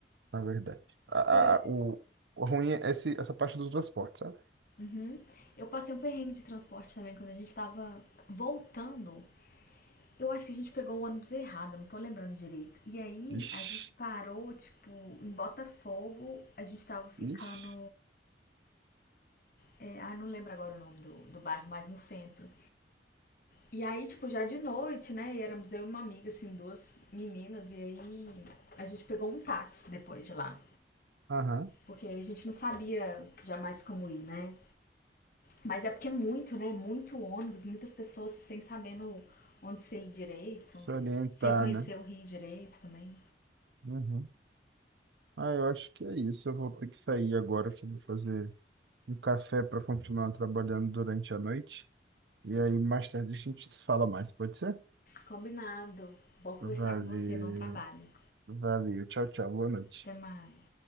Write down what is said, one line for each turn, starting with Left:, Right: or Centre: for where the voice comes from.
Right: na verdade. A,
Left: foi...
Right: a- o, o ruim é esse, essa parte do transporte, sabe?
Left: Uhum. Eu passei um perrengue de transporte também, quando a gente tava voltando Eu acho que a gente pegou o ônibus errado, não tô lembrando direito. E aí
Right: Ixi,
Left: a gente parou, tipo, em Botafogo, a gente tava ficando.
Right: ixi.
Left: é, ah, não lembro agora o nome do, do bairro, mas no centro. E aí, tipo, já de noite, né? E éramos eu e uma amiga, assim, duas meninas, e aí a gente pegou um táxi depois de lá.
Right: Aham.
Left: Porque a gente não sabia jamais como ir, né? Mas é porque é muito, né? Muito ônibus, muitas pessoas sem sabendo onde você ir direito,
Right: Se orientar,
Left: sem conhecer
Right: né?
Left: o Rio direito também.
Right: Uhum. Ah, eu acho que é isso. Eu vou ter que sair agora, que eu vou fazer um café para continuar trabalhando durante a noite. E aí, mais tarde, a gente se fala mais, pode ser?
Left: Combinado. Bom conversar
Right: Valeu,
Left: com você. Bom trabalho.
Right: valeu. Tchau, tchau. Boa noite.
Left: Até mais.